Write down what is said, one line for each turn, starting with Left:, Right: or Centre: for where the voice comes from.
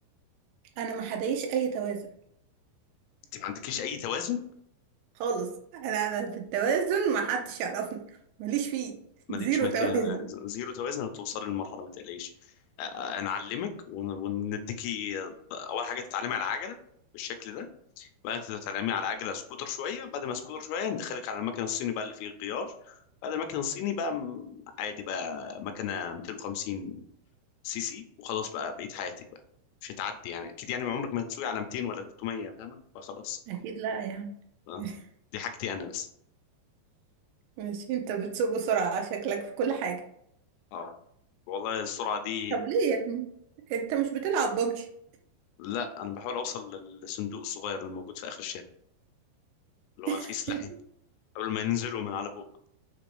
Right: انا ما حدايش اي توازن
Left: انت ما عندكيش اي توازن
Right: خالص انا انا في التوازن ما حدش يعرفني ماليش فيه
Left: مالكش
Right: زيرو
Left: مكان
Right: توازن
Left: زيرو توازن هتوصلي للمرحله ما تقلقيش آه، هنعلمك ون- ونديكي آه، اول حاجه تتعلمي على العجله بالشكل ده بعدين تتعلمي على العجله سكوتر شويه بعد ما سكوتر شويه ندخلك على المكن الصيني بقى اللي فيه الغيار بعد المكن الصيني بقى م- عادي بقى مكنه 250 سي سي وخلاص بقى بقيت حياتك بقى مش هتعدي يعني اكيد يعني عمرك ما هتسوقي على 200 ولا 300 فاهمه فخلاص
Right: اكيد لا يعني
Left: آه،
Right: <laughs>
Left: دي حاجتي انا بس
Right: ماشي انت بتسوق بسرعه شكلك في كل حاجه
Left: اه والله السرعه دي
Right: طب ليه يا ابني انت مش بتلعب ببجي
Left: لا انا بحاول اوصل للصندوق الصغير اللي موجود في اخر الشارع اللي
Right: <laughs>
Left: هو فيه سلاحين قبل ما ينزلوا من على فوق